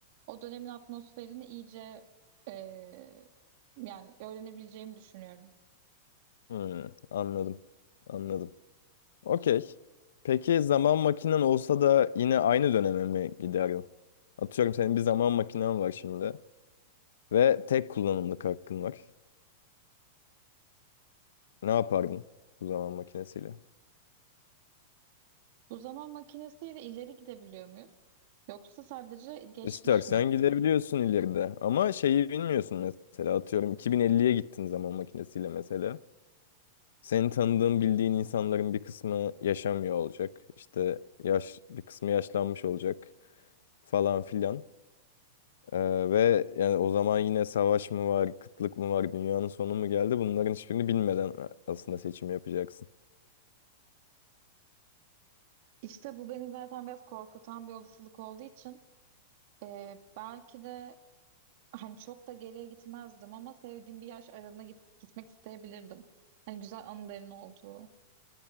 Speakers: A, on the right; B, on the left.
A: O dönemin atmosferini iyice eee, yani öğrenebileceğimi düşünüyorum.
B: Hı, anladım. Anladım. Okey. Peki zaman makinen olsa da yine aynı döneme mi giderdin? Atıyorum senin bir zaman makinen var şimdi ve tek kullanımlık hakkın var. Ne yapardın bu zaman makinesiyle?
A: Bu zaman makinesiyle ileri gidebiliyor muyuz? Yoksa sadece geçmiş
B: İstersen
A: mi?
B: gidebiliyorsun ileride ama şeyi bilmiyorsun mesela atıyorum 2050'ye gittin zaman makinesiyle mesela. Senin tanıdığın bildiğin insanların bir kısmı yaşamıyor olacak. İşte yaş bir kısmı yaşlanmış olacak falan filan. Ee, ve yani o zaman yine savaş mı var, kıtlık mı var, dünyanın sonu mu geldi? Bunların hiçbirini bilmeden aslında seçim yapacaksın.
A: İşte bu beni zaten biraz korkutan bir olasılık olduğu için e, belki de <laughs> hani çok da geriye gitmezdim ama sevdiğim bir yaş aralığına git- gitmek isteyebilirdim. Hani güzel anıların olduğu.